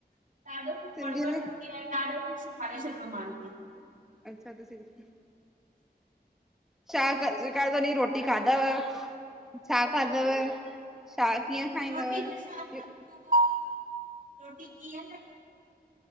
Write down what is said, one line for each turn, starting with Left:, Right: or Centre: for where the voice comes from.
Right: ॾाढो कुझु
Centre: सिंधीअ
Right: बड़बड़
Centre: में
Right: कंदी आहे ॾाढो कुझु सेखारे छॾियो मान्यं।
Centre: अच्छा त सिं। छा कर सेखारियोतीन रोटी खाधव छा खाधव? छा कीअं खाईंदव?
Right: रोटी में छा खाईंदव रोटी कीअं लॻ?